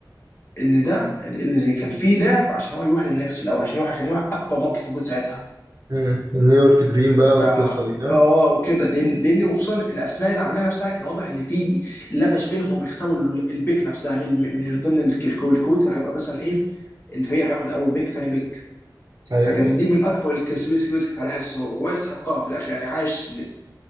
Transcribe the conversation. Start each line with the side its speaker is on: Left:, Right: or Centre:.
Left: ان ده ان كان في لعب عشان هو يروح للنكس في الاول عشان يروح عشان يروح اكبر ماركت موجود ساعتها
Right: امم نيويورك دريم بقى
Left: ف
Right: والقصة دي صح؟
Left: اه وكده لان لان وخصوصا ان اثناء العمليه نفسها كان واضح ان في لبش بينهم وبيختاروا ال- البيك نفسها من من ضمن الك- الكو- الكوت اللي هيبقى مثلا ايه الفريق هياخد اول بيك ثاني بيك
Right: ايوه
Left: فكان
Right: ايوه
Left: دي من اكبر الكونسبيرسي ريسك على حسه هو هو يستحقها في الاخر يعني عاش